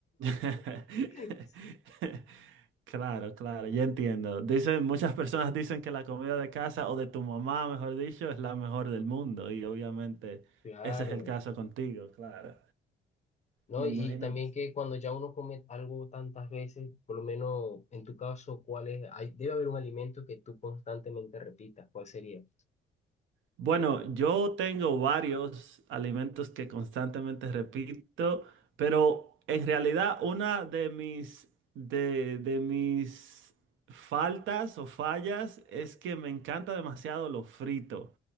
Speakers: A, on the right (about 80°); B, on the left (about 35°).
A: <laughs>
B: <laughs>
A: Claro, claro, ya entiendo. Dicen, muchas personas dicen que la comida de casa o de tu mamá, mejor dicho, es la mejor del mundo y obviamente
B: Claro,
A: ese es el caso contigo, claro.
B: ¿no?
A: Me
B: Y,
A: imagino.
B: y también que cuando ya uno come algo tantas veces, por lo menos en tu caso, ¿cuál es? Hay, debe haber un alimento que tú constantemente repitas, ¿cuál sería?
A: Bueno, yo tengo varios alimentos que constantemente repito, pero en realidad una de mis, de, de mis faltas o fallas es que me encanta demasiado lo frito.